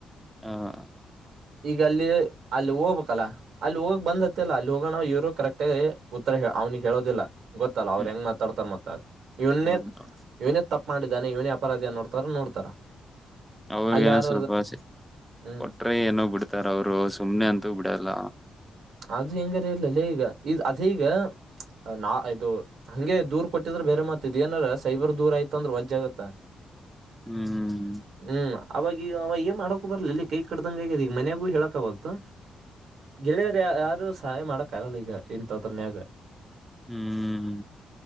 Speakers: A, in the centre; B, on the right (about 75°).
A: ಹ್ಮ್
B: ಈಗ ಅಲ್ಲಿ ಅಲ್ಲಿ ಹೋಗ್ಬೇಕಲ್ಲ. ಅಲ್ಲಿ ಹೋಗ್ ಬಂದತ್ತಲ್ಲ ಅಲ್ಲಿ ಹೋಗೋಣ ಇವರು ಕರೆಕ್ಟ ಆಗೇ ಉತ್ತರ ಅವ್ನಿಗೆ ಹೇಳೋದಿಲ್ಲ. ಗೊತ್ತಲ್ಲ ಅವ್ರ
A: ಹ್ಮ್
B: ಹೆಂಗ್ ಮಾತಾಡ್ತಾರ. ಮತ್ತ ಇವ್ಣೇ
A: ಹೌದು
B: ಇವನೇ ತಪ್ಪ ಮಾಡಿದ್ದಾನ ಇವನೇ ಅಪರಾಧಿ ಅನ್ನೋರ್ ತರ ನೋಡ್ತಾರ.
A: ಅವ್ರಗೇನೋ
B: ಅಲ್ಲಿ ಯಾರ
A: ಸ್ವಲ್ಪ ಆಸಿ
B: ಹ್ಮ್
A: ಕೊಟ್ಟರೆ ಏನೋ ಬಿಡ್ತಾರ ಅವರು ಸುಮ್ನೆ ಅಂತೂ ಬಿಡಲ್ಲ.
B: ಅದು ಹೆಂಗಾರ ಇರ್ಲಲ್ಲಲೆ ಈಗ ಈ ಅದೇ ಈಗ ನಾ ಅದು ಹಂಗೆ ದೂರ್ ಕೊಟ್ಟಿದ್ರೆ ಬೇರೆ ಮಾತ ಇದ್ ಏನರ ಸೈಬರ್ ದೂರ್ ಆಯ್ತ ಅಂದ್ರ ವಜ್ಜಾಗತ್ತ.
A: ಹ್ಮ್.
B: ಹ್ಮ್ ಅವಾಗ್ ಅವ ಏನ್ ಮಾಡಕ ಬರ್ಲಲೇ ಕೈ ಕಟ್ದಗಾ ಆಗ್ಯಾದ ಈಗ ಮನ್ಯಾಗೂ ಹೇಳಕವಲ್ತ್. ಗೆಳೆಯರು ಯಾರು ಸಹಾಯ ಮಾಡಕ್ಕ ಆಗಲ್ಲ ಈಗ ಇಂಥದ್ರನ್ಯಾಗ.
A: ಹ್ಮ.